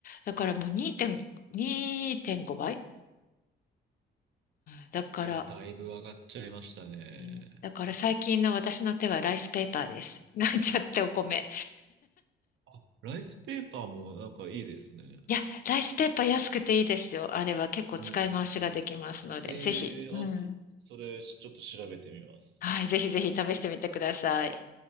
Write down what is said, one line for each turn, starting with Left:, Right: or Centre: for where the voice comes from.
Left: だからもう2.5、2.5倍。うんだから、
Right: いや、だいぶ上がっちゃいましたね。
Left: ねだから最近の私の手はライスペーパーです。<laughs> なんちゃってお米。
Right: あ、ライスペーパーもなんかいいですね。
Left: いや、ライスペーパー安くていいですよ。あれは結構使い回しができますので、
Right: うんうんうん。ええーあ、
Left: ぜひ。うん。
Right: ちょっと、それ、ちょっと調べてみます。
Left: はい、ぜひぜひ試してみてください。